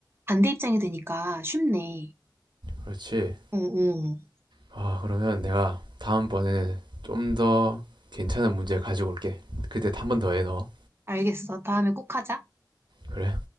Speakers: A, on the right; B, on the right.
A: 반대 입장이 되니까 쉽네.
B: 그렇지.
A: 어, 어.
B: 아, 그러면 내가 다음번에는 좀 더 괜찮은 문제 가지고 올게. 그때 한 번 더 해, 너.
A: 알겠어. 다음에 꼭 하자.
B: 그래?